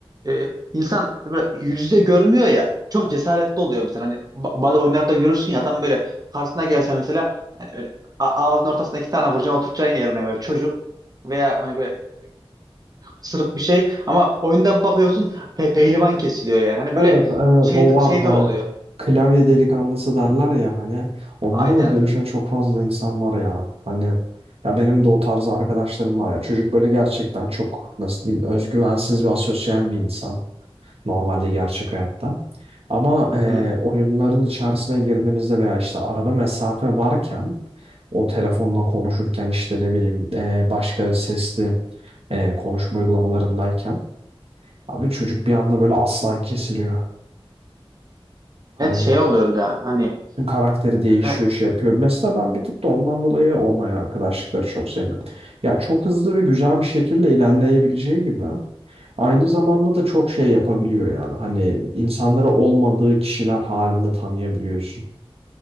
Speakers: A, on the right; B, on the right.
A: e, insan böyle yüzde görmüyor ya. Çok cesaretli oluyor mesela. Hani ba- bazı oyunlarda görürsün ya adam böyle karşısına gelse mesela hani öyle a- ağzının ortasına iki tane vuracaksın oturacaksın yerine böyle çocuk veya hani böyle sırık bir şey ama oyunda bakıyorsun pe pehlivan kesiliyor yani. Hani böyle
B: Evet evet
A: şey
B: o var
A: şey
B: hani
A: de oluyor.
B: klavye delikanlısı derler ya hani onlara
A: Aynen.
B: da dönüşen çok fazla insan var ya hani ya benim de o tarz arkadaşlarım var ya çocuk böyle gerçekten çok nasıl diyeyim özgüvensiz ve asosyal bir insan normalde gerçek hayatta ama
A: Hı hı.
B: e, oyunların içerisine girdiğimizde veya işte arada mesafe varken o telefonla konuşurken işte ne bileyim e, başka sesli e, konuşma uygulamalarındayken abi çocuk bir anda böyle aslan kesiliyor. Hani
A: Evet şey oluyor bir de hani
B: karakteri değişiyor,
A: e,
B: şey yapıyor. Mesela ben bir tık da ondan dolayı online arkadaşlıkları çok sevmem. Ya çok hızlı ve güzel bir şekilde ilerleyebileceği gibi aynı zamanda da çok şey yapabiliyor yani. Hani insanları olmadığı kişiler halinde tanıyabiliyorsun.